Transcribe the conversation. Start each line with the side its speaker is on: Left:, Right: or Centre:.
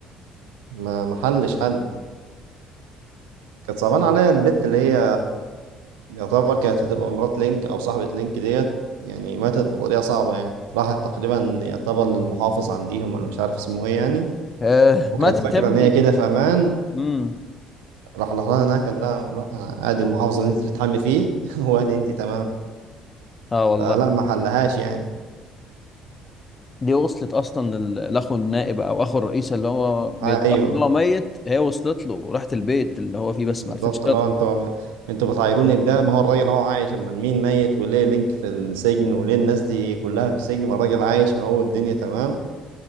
Right: ما محلش حد كانت صعبانة عليا البت اللي هي يعتبر كانت هتبقى مرات لينك أو صاحبة لينك ديت يعني ماتت بطريقة صعبة يعني راحت تقريبا يعتبر للمحافظ عنديهم أنا مش عارف اسمه إيه يعني
Left: آه
Right: وكانت
Left: ماتت
Right: فاكرة
Left: يا ابني
Right: إن هي كده في أمان
Left: امم
Right: راح لها هناك قال لها لا أنا أدي المحافظ اللي أنت بتتحمي فيه <laughs> وأدي أنت تمام
Left: اه والله
Right: فلا ما حلهاش يعني
Left: دي وصلت اصلا لل- لاخو النائب او اخو الرئيس اللي هو بيدعي
Right: أيوه
Left: ان هو ميت هي وصلت له وراحت البيت اللي هو فيه بس
Right: بالظبط
Left: ما عرفتش تطلع
Right: اللي هو أنتوا أنتوا بتعايروني بده ما هو الراجل أهو عايش أمال مين ميت وليه لينك في السجن وليه الناس دي كلها في السجن ما الراجل عايش أهو الدنيا تمام